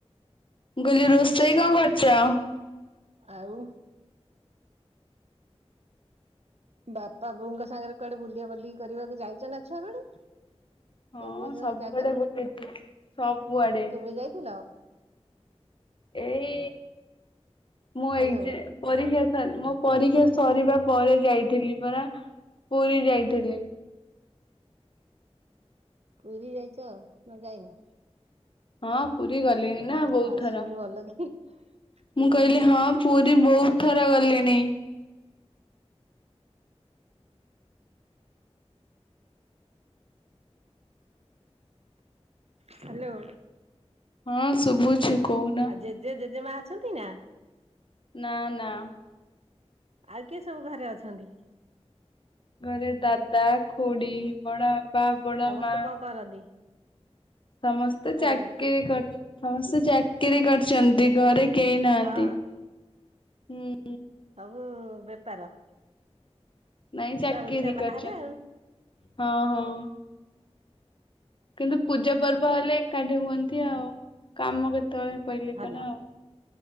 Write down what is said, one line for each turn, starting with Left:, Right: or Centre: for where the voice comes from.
Left: ମୁଁ କହିଲି ରୋଷେଇ କଣ କରିଚ?
Right: ଆଉ ବାପା ବୋଉଙ୍କ ସାଙ୍ଗରେ କୁଆଡେ ବୁଲିଆ ବୁଲି କରିବାକୁ ଯାଇଚ ନା ଛୁଆ ବେଳୁ?
Left: ହଁ
Right: କୋଉ କୋଉ ସବୁ
Left: ସବୁଆଡେ
Right: ଜାଗା
Left: ବୁଲିଛି ସବୁଆଡେ
Right: କେବେ ଯାଇଥିଲ?
Left: ଏଇ ମୁଁ
Right: ହାଲୋ
Left: ଏକ୍ସ ପରୀକ୍ଷା ସ ମୋ ପରୀକ୍ଷା ସରିବା ପରେ ଯାଇଥିଲି ପରା ପୁରୀ ଯାଇଥିଲି।
Right: ପୁରୀ ଯାଇଚ ନା ଯାଇନ?
Left: ହଁ ପୁରୀ ଗଲିଣି
Right: ତୋ
Left: ନା
Right: କଥା
Left: ବହୁତ୍
Right: ଟା ଆସୁନି
Left: ଥର।
Right: ଭଲ କି ଶୁଭୁନି
Left: ମୁଁ କହିଲି
Right: ତ
Left: ହଁ ପୁ ବହୁତ୍ ଥର ଗଲିଣି।
Right: ହ୍ୟାଲୋ।
Left: ହଁ ଶୁଭୁଛି। କହୁନ।
Right: ଆ ଜେଜେ ଜେଜେମା ଅଛନ୍ତି ନା?
Left: ନା ନା।
Right: ଆଉ କିଏ ସବୁ ଘରେ ଅଛନ୍ତି?
Left: ଘରେ ଦାଦା, ଖୁଡି, ବଡ ବାପା। ବଡ
Right: ସମସ୍ତେ
Left: ମା
Right: କଣ କରନ୍ତି?
Left: ସମସ୍ତେ
Right: ହାଲୋ
Left: ଚାକିରି କରି, ସମସ୍ତେ ଚାକିରି କରିଚନ୍ତି ଘରେ କେହି ନାହାନ୍ତି,
Right: ହଁ
Left: ହୁଁ।
Right: ସବୁ ବେପାର?
Left: ନାଇଁ
Right: ପୁରା
Left: ଚାକିରି
Right: ଓଡିଶା ବାହାରେ
Left: କରିଚନ୍ତି।
Right: ଆଉ।
Left: ହଁ ହଁ। କିନ୍ତୁ
Right: ହଁ
Left: ପୂଜା ପର୍ବ ହେଲେ ଏକାଠି ହୁଅନ୍ତି ଆଉ। କାମ କେତେ ତଳେ ପଇଲେ
Right: ଭଲ
Left: କଣ ଆଉ।